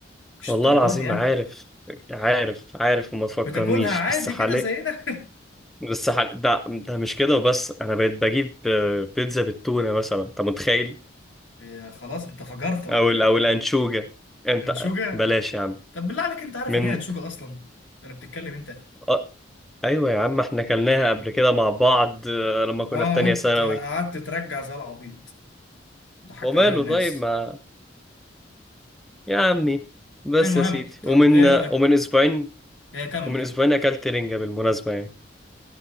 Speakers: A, on the left; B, in the centre.
A: مش
B: والله
A: الدرجات
B: العظيم
A: يعني
B: عارف عارف عارف وما تفكرنيش
A: بتاكلها عادي
B: بس حالي
A: كده زينا
B: بس حالي ده, ده مش كده وبس انا بقيت بجيب آه، بيتزا بالتونة مثلا انت متخيل
A: <laughs> هي خلاص انت فجرت ولا
B: او ال...
A: ايه
B: او الانشوجة انت
A: انشوجة
B: بلاش يا عم
A: طب بالله عليك انت عارف
B: من
A: يعني ايه انشوجة اصلا انا بتتكلم انت
B: آه، ايوه يا عم احنا كلناها قبل كده مع بعض آه، لما كنا
A: اه
B: في تانية
A: وانت
B: ثانوي
A: قعدت ترجع زي العبيط ضحكت
B: وماله
A: عليها الناس
B: طيب ما يا عمي بس
A: المهم
B: يا سيدي
A: طب
B: ومن
A: ايه رأيك
B: ومن اسبوعين
A: ايه كمل
B: ومن
A: كمل
B: اسبوعين اكلت رنجة بالمناسبة يعني